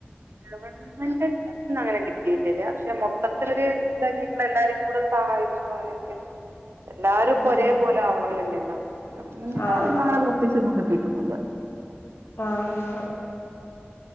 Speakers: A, on the right (about 70°); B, on the left (about 80°).
A: ഗവൺമെന്റട്ത്ത് ന്ന് അങ്ങനെ കിട്ടിട്ടില്ല പക്ഷെ മൊത്തത്തിലോര് ഇതാക്കി എല്ലാരും കൂടെ സഹായിച്ചു അങ്ങനെയൊക്കെ എല്ലാരുംഇപ്പൊ
B: ആഹ്
A: ഒരേ പോലെ ആവണം ന്നില്ലല്ലോ ഗവൺമെന്റ്
B: ആഹ്
A: അവിടുന്ന്
B: ആഹ്
A: അങ്ങനെ പ്രത്യേകിച്ചോന്നും കിട്ടിട്ടൊന്നുമില്ല
B: ആഹ് ആഹ്